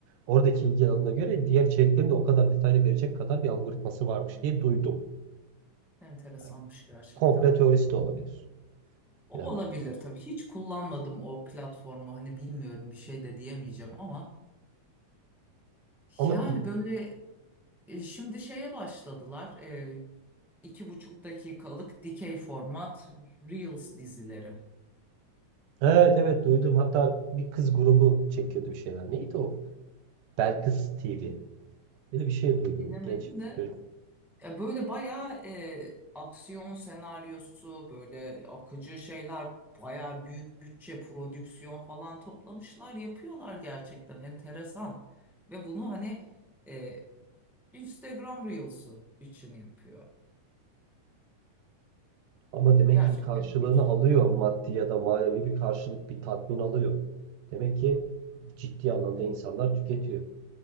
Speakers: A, on the right (about 80°); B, in the centre.
A: oradaki ilgi alanına göre diğer içeriklerini de o kadar detaylı verecek kadar bir algoritması varmış diye duydum.
B: Enteresanmış
A: Yani
B: gerçekten.
A: komple teorisi de olabilir.
B: O
A: Bilemem.
B: olabilir tabii. Hiç kullanmadım o platformu. Hani bilmiyorum bir şey de diyemeyeceğim ama
A: Ama
B: yani
A: i-
B: böyle e, şimdi şeye başladılar. E, iki buçuk dakikalık dikey format Reels dizileri.
A: evet evet duydum. Hatta bir kız grubu çekiyordu bir şeyler. Neydi o? Belkıs TV. Böyle bir şey duydum.
B: Bilemedim
A: Genç
B: de
A: çocuk.
B: ya böyle bayağı e, aksiyon senaryosu böyle akıcı şeyler bayağı büyük bütçe prodüksiyon falan toplamışlar yapıyorlar gerçekten enteresan ve bunu hani e, Instagram Reels'u için yapıyor
A: Ama demek
B: gerçekten
A: ki bir karşılığını
B: ilginç
A: alıyor maddi ya da manevi bir karşılık, bir tatmin alıyor. Demek ki ciddi anlamda insanlar tüketiyor.